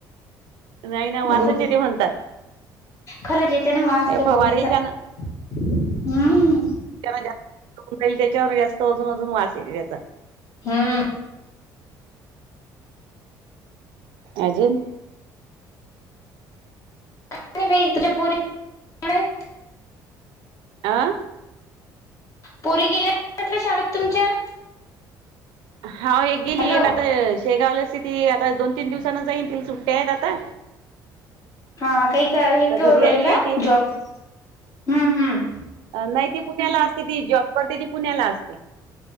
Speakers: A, on the right; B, on the left.
A: नाही ना वासच
B: गोबी
A: येते म्हणतात.
B: खरंच येते ना वास
A: हे
B: त्या
A: फवारीच्यान
B: गोबीचा, हम्म.
A: जास्तईल त्याच्यावर जास्त अजून अजून वास येईल त्याचा.
B: हम्म.
A: अजून?
B: काय नाही बाई तुझ्या पोरी शाळेत
A: आ?
B: पोरी गेल्या म्हटलं शाळेत तुमच्या?
A: हा एक गेली
B: हॅलो
A: एक आता शेगावलाचि ती आता दोन तीन दिवसाां जाईन ति सुट्ट्या आहेत आता.
B: हा काही हे
A: तर
B: करून
A: घरी
B: राहिले
A: आली
B: काय
A: आहे ती
B: जॉब? हम्म हम्म.
A: नाही ती पुण्याला असते ती. जॉब करते ती पुण्याला असते.